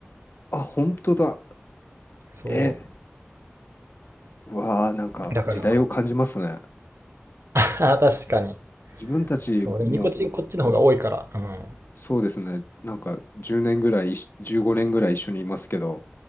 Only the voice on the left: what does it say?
あ、本当だ。
え、うわー、なんか時代を感じますね。
自分たちも
そうですね、なんか10年ぐらい、15年ぐらい一緒にいますけど、